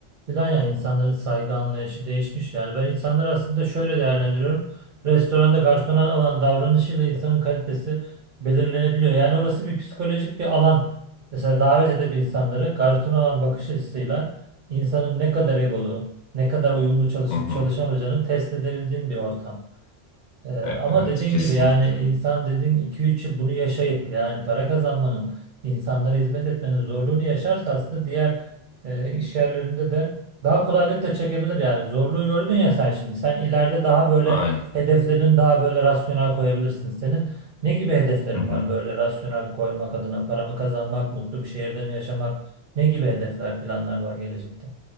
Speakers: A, on the right; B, on the left.
A: filan. Yani insanların saygı anlayışı değişmiş. Yani ben insanları aslında şöyle değerlendiriyorum. Restoranda garsona olan davranışıyla insanın kalitesi belirlenebiliyor. Yani orası bir psikolojik bir alan. Mesela davet edip insanları garsona olan bakış açısıyla insanın ne kadar egolu, ne kadar uyumlu çalışıp
B: Hı hı.
A: çalışamayacağını test edebildiğim bir ortam. Ee, ama
B: E- evet,
A: dediğin
B: kesinlikle.
A: gibi yani insan dediğin iki üç yıl bunu yaşayıp yani para kazanmanın, insanlara hizmet etmenin zorluğunu yaşarsa aslında diğer e, iş yerlerinde de daha kolaylıkla çekebilir yani. Zorluğu gördün ya sen şimdi. Sen ileride daha böyle
B: Aynen.
A: hedeflerin daha böyle rasyonel koyabilirsin. Senin ne gibi hedeflerin
B: Hı hı.
A: var böyle rasyonel koymak adına? Para mı kazanmak, mutlu bir şehirde mi yaşamak? Ne gibi hedefler, planlar var gelecekte?